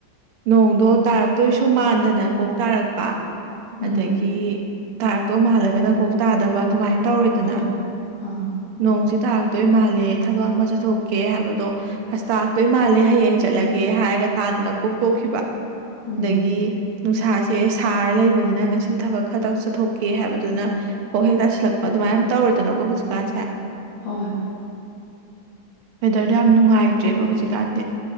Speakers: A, on the right (about 85°); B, on the left (about 65°).
A: ꯅꯣꯡꯗꯣ ꯇꯥꯔꯛꯇꯣꯏꯁꯨ ꯃꯥꯟꯗꯅ ꯀꯣꯛ ꯇꯥꯔꯛꯄ꯫ ꯑꯗꯒꯤ
B: ꯎꯝ
A: ꯇꯥꯔꯛꯇꯧ ꯃꯥꯜꯂꯒꯅ ꯀꯣꯛ ꯇꯥꯗꯕ ꯑꯗꯨꯃꯥꯏ ꯇꯧꯔꯦꯗꯅ
B: ꯍꯣꯏ ꯑꯥ
A: ꯅꯣꯡꯁꯤ ꯇꯥꯔꯛꯇꯣꯏ ꯃꯥꯜꯂꯦ ꯊꯕꯛ ꯑꯃ ꯆꯠꯊꯣꯛꯀꯦ ꯍꯥꯏꯕꯗꯣ꯫ ꯍꯁ ꯇꯥꯥꯔꯛꯇꯣꯏ ꯃꯥꯜꯂꯦ ꯍꯌꯦꯡ ꯆꯠꯂꯒꯦ ꯍꯥꯏꯔꯒ ꯇꯥꯗꯅ ꯀꯣꯛꯇꯣꯛꯈꯤꯕ
B: ꯎꯝ
A: ꯑꯗꯒꯤ꯫ ꯅꯨꯡꯁꯥꯁꯦ ꯁꯥꯔ ꯂꯩꯕꯅꯤꯅ ꯉꯁꯤ ꯊꯕꯛ ꯈꯔꯇꯪ ꯆꯠꯊꯣꯛꯀꯦ ꯍꯥꯏꯕꯗꯨꯅ ꯀꯣꯛ ꯍꯦꯛ ꯇꯥꯁꯤꯜꯂꯛꯄ ꯑꯗꯨꯃꯥꯏꯅ ꯇꯧꯔꯦꯗꯅꯀꯣ ꯍꯧꯖꯤꯛꯀꯥꯟꯁꯦ꯫
B: ꯍꯣꯏ ꯍꯣꯏ꯫
A: ꯋꯦꯗꯔꯗꯣ ꯌꯥꯝ ꯅꯨꯡꯉꯥꯏꯇ꯭ꯔꯦꯕ ꯍꯧꯖꯤꯛꯀꯥꯟꯗꯤ